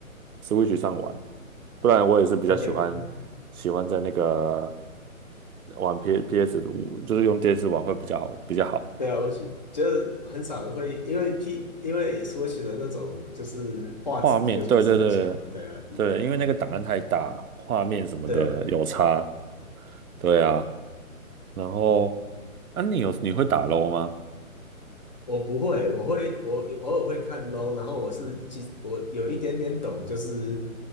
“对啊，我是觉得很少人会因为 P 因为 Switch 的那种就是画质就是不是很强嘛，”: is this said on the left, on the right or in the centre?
Left